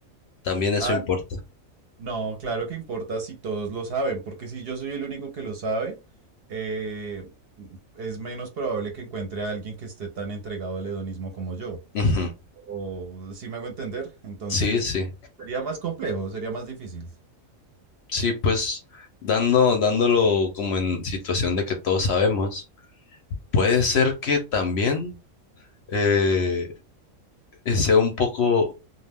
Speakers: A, on the left; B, on the right.
A: También eso
B: Ah,
A: importa.
B: No, claro que importa si todos lo saben, porque si yo soy el único que lo sabe, eh, es menos probable que encuentre a alguien que esté tan entregado al hedonismo como yo.
A: Ujú.
B: O si me hago entender, entonces
A: Sí, sí.
B: sería más complejo, sería más difícil.
A: Sí, pues dando, dándolo como en situación de que todos sabemos, puede ser que también eh, sea un poco